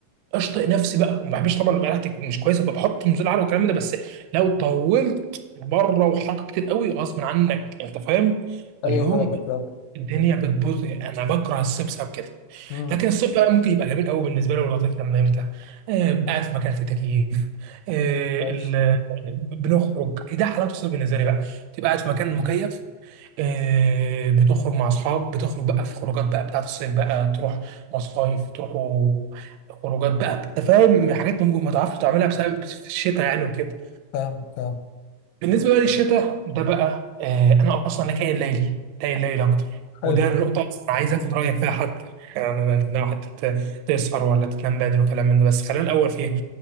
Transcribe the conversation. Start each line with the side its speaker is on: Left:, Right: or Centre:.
Right: اشطئ نفسي بقى وما بحبش طبعا يبقى ريحتي تكون مش كويسه بحط نزول على والكلام ده بس لو طولت بره وحركت كتير قوي غصب عنك انت فاهم
Left: ايوه
Right: فاليوم
Left: فاهمك فاهم
Right: الدنيا بتبوظ يعني انا بكره الصيف بسبب كده
Left: مم.
Right: لكن الصيف بقى ممكن يبقى جميل قوي بالنسبه لي واللطيف لما يمتع آه، قاعد في مكان فيه تكييف آه،
Left: ماشي
Right: ال- آه، بنخرج ده حلاوه الصيف بالنسبه لي بقى تبقى قاعد في مكان مكيف آه، بتخرج مع اصحاب بتخرج بقى في خروجات بقى بتاعت الصيف بقى تروح مصايف تروحوا خروجات بقى انت فاهم حاجات ممكن ما تعرفش تعملها بسبب في الشتاء يعني وكده
Left: فاهم فاهم
Right: بالنسبه بقى للشتاء ده بقى آه انا اصلا انا كائن ليلي كائن ليلي اكتر
Left: حلو
Right: وده النقطه اصلا عايز اخد رايك فيها حتى يعني لو حتى ت- تسهر ولا تنام بدري وكلام من ده بس خلينا الاول فيه